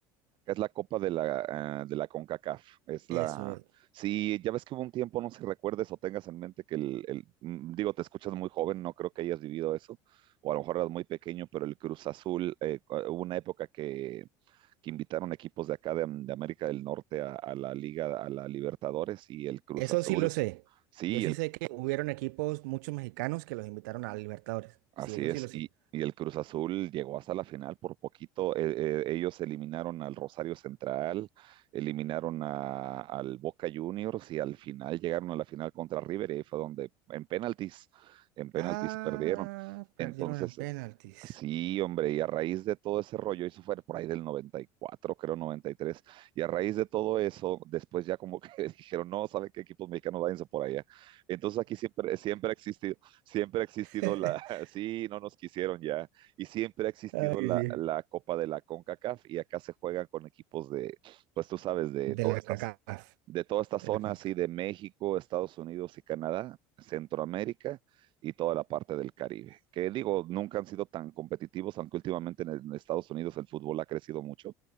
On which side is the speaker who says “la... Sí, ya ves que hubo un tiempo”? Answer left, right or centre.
Right